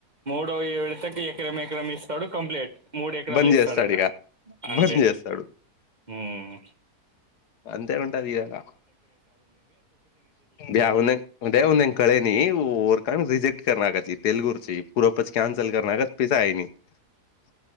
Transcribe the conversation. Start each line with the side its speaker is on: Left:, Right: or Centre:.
Right: ఇగో ఈ విడతకి ఎకరం ఎకరం ఇస్ ఇస్తాడు కంప్లీట్ మూడు ఎకరాలు
Left: బంద్
Right: ఇస్తాడాయినా
Left: చేస్తాడు ఇగ
Right: అంతే
Left: బంద్ చేస్తాడు
Right: ఉమ్
Left: అంతే ఉంటది ఇగ <unintelligible> ఉదయం <unintelligible> కానీ రిజెక్ట్ <unintelligible> తెలుగుచూ <unintelligible>